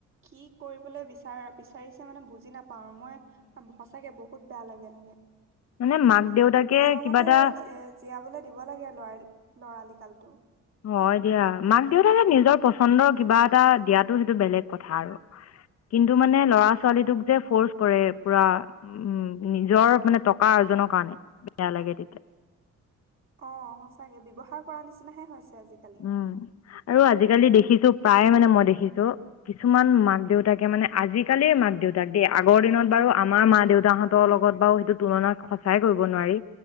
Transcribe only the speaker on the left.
মানে মাক দেউতাকে
কিবা
এটা
হয়, দিয়া মাক দেউতাকে নিজৰ পচন্দৰ কিবা এটা দিয়াতটো সেইটো বেলেগ কথা আৰু কিন্তু মানে ল'ৰা ছোৱালীটোক যে, ফৰ্চ কৰে পুৰা উম, নিজৰ মানে টকা আৰ্জনৰ কাৰণে বেয়া লাগে তেতিয়া।
উম, আৰু আজিকালি দেখিছো প্ৰায় মানে মই দেখিছো কিছুমান মাক দেউতাকে মানে আজিকালিৰ মাক দেউতাক দেই আগৰ দিনত বাৰু আমাৰ মা দেউতাহঁতৰ লগত বাৰু সেইটো তুলনা সঁচাই কৰিব নোৱাৰি।